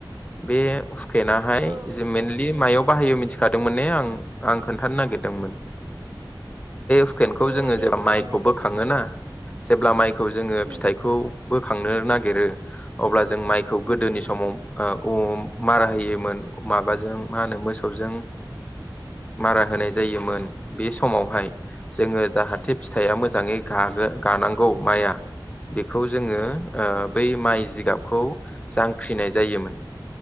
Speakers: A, on the left; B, on the right.
A: बे सुख हुकेनाहाय
B: औ
A: जों मेनलि
B: खिथादोंमोन
A: मायाव बाहायो मिथिखादों खीनथानो नागिरदोंमोन हुकेनखौ
B: अ
A: जोङो
B: दे
A: जेब्ला
B: खिथालाय
A: माइखौबो खाङोना जेब्ला माइखौ खौ जोङो
B: उम
A: फिथाइखौ बोखांनो नागिरो अब्ला जों माइखौ गोदोनि
B: उम
A: समाव मारा होयोमोन माबाजों मा होनो मोसौजों मारा होनाय जायोमोन बे समावहाय जोङो जाहाथे फिथाइया मोजाङै गानांगौ माइया बेखौ जोङो
B: औ
A: बै माइ जिगाबखौ जांख्रिनाय जायोमोन